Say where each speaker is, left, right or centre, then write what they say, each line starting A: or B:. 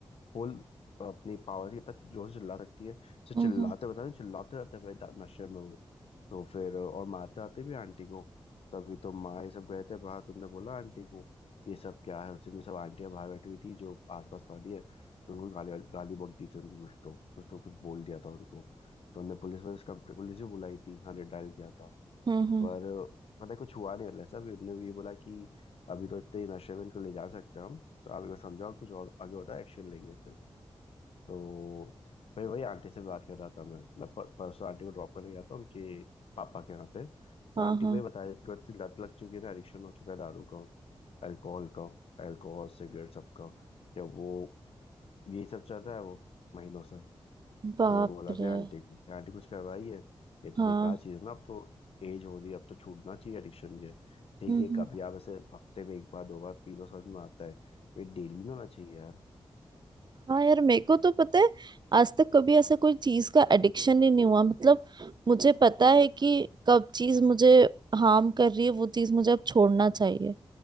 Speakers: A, on the left; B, on the right.
A: फुल अपनी पावर से इतना जोर से चिल्ला सकती है तो चिल्लाते
B: हम्म
A: बता नहीं चिल्लाते रहते हैं भाई दा- नशे में वो तो फिर अ, और मारते आते भी आंटी को तो अभी तो माँ ये सब गए थे बाहर तुमने बोला आंटी को ये सब क्या है उस दिन सब आंटियां बाहर बैठी हुई थी जो आसपास वाली है तो उनको गाली गाली बक दी थी उनको कुछ तो कुछ तो कुछ बोल दिया था उनको तो उनने पुलिस पुलिस का पुलिस भी बुलाई थी हाँ डायल किया था
B: हम्म
A: पर पता है कुछ हुआ नहीं मतलब सब उन्होंने ये बोला कि अभी तो इतने ही नशे में इनको ले जा सकते हैं हम तो आप एक बार समझाओ कुछ और आगे होता है एक्शन लेंगे फिर तो मैं वही आंटी से बात कर रहा था मैं मैं पर, परसों आंटी को ड्रॉप करने गया था उनके पापा के यहाँ पे तो
B: हाँ
A: आंटी
B: हाँ
A: वही बताया इनको इतनी लत लग चुकी है ना एडिक्शन हो चुका है दारू का अल्कोहल का अल्कोहल सिगरेट सबका क्या वो यही सब चल रहा है वो महीनों से तो
B: बाप
A: मैंने बोला
B: रे
A: भी आंटी को कि आंटी कुछ करवाई है ये तो
B: हाँ
A: बेकार चीज़ है ना अब तो एज हो रही है अब तो छूटना चाहिए एडिक्शन ये ठीक
B: हम्म
A: है कभी आप ऐसे हफ्ते में एक बार दो बार पी लो समझ में आता है ये डेली नहीं होना चाहिए यार
B: हाँ यार मेरे को तो पता है आज तक कभी ऐसा कोई चीज का एडिक्शन ही नहीं हुआ मतलब मुझे पता है कि कब चीज मुझे हार्म कर रही है वो चीज मुझे अब छोड़ना चाहिए